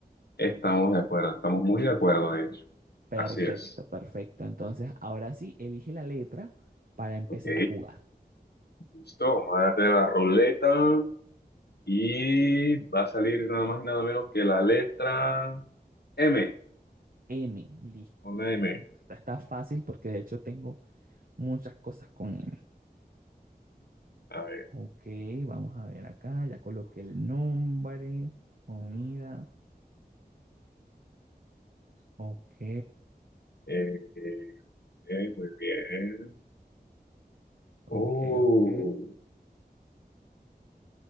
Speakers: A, on the left; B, on the right.
A: estamos de acuerdo, estamos muy de acuerdo de hecho,
B: Perfecto,
A: así es,
B: perfecto. Entonces, ahora sí, elige la letra para empezar
A: ok.
B: a jugar.
A: Listo, vamos a darle la ruleta y va a salir nada más y nada menos que la letra M.
B: M, listo,
A: Una
B: perfecto.
A: M.
B: Esta está fácil porque de hecho tengo muchas cosas con M.
A: A ver.
B: Ok, vamos a ver acá, ya coloqué el nombre, comida, ok,
A: eh, eh, muy bien.
B: ok,
A: Uh,
B: ok,